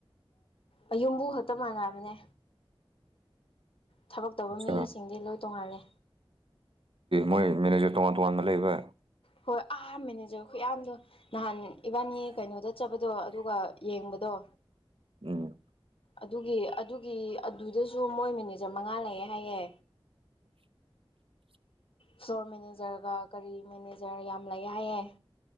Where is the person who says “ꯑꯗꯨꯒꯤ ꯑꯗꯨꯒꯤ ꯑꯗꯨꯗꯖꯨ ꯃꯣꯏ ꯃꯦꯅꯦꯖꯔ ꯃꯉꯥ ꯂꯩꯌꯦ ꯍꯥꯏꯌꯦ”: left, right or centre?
Left